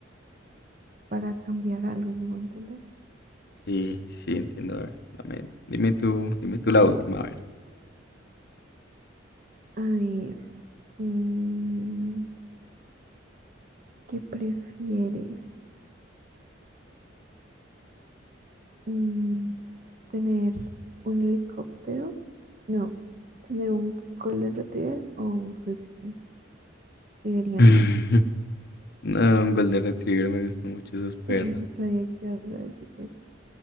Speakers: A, on the right; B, on the left.
A: para cambiar algo, me voy a entender.
B: Sí, sí, entiendo. A ver, dame, dime tú, dime tú la última, a ver.
A: A ver, mm, ¿qué prefieres? Mm, ¿tener un helicóptero? No, ¿tener un Golden Retriever o un Husky siberiano?
B: <laughs> No, un Golden Retriever, me gustan mucho esos perros.
A: <laughs> Sabía que ibas a decir eso.